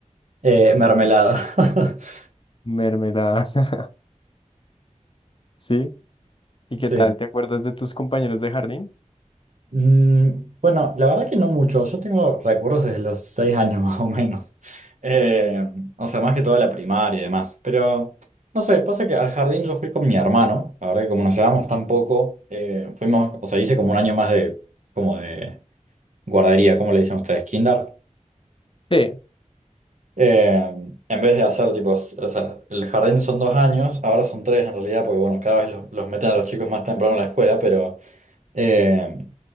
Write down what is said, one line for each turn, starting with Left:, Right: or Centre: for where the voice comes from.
Right: Eh, mermelada. <laughs>
Left: Mermelada. <laughs> ¿Sí? ¿Y qué
Right: Sí.
Left: tal? ¿Te acuerdas de tus compañeros de jardín?
Right: Mm, bueno, la verdad que no mucho. Yo tengo recuerdos desde los seis años <laughs> más o menos. Eh, o sea, más que toda la primaria y demás. Pero, no sé, pasa que al jardín yo fui con mi hermano. La verdad que como nos llevamos tan poco, eh, fuimos, o sea, hice como un año más de, como de guardería, ¿cómo le dicen ustedes? Kinder.
Left: Sí.
Right: Eh, en vez de hacer tipo, s- o sea, el jardín son dos años, ahora son tres en realidad, porque bueno, cada vez los, los meten a los chicos más temprano en la escuela, pero eh,